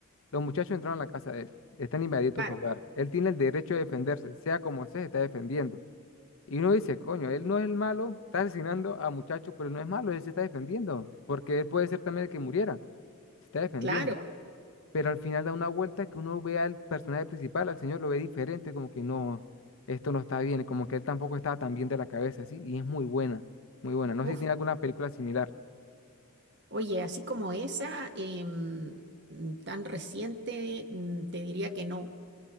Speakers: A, on the left (about 65°); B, on the right (about 50°).
A: los muchachos entraron a la casa de él, están invadiendo
B: Claro,
A: su hogar. Él tiene el derecho de defenderse, sea como sea, se está defendiendo. Y uno dice, coño, él no es el malo, está asesinando a muchachos, pero no es malo, él se está defendiendo, porque él puede ser también el que muriera, se está defendiendo.
B: claro.
A: Pero al final da una vuelta que uno ve al personaje principal, al señor lo ve diferente, como que no, esto no está bien, como que él tampoco estaba tan bien de la cabeza, ¿sí? Y es muy buena, muy buena. No
B: Uf,
A: sé si tiene alguna película similar.
B: Oye, así como esa, em, mm, tan reciente, mm, te diría que no.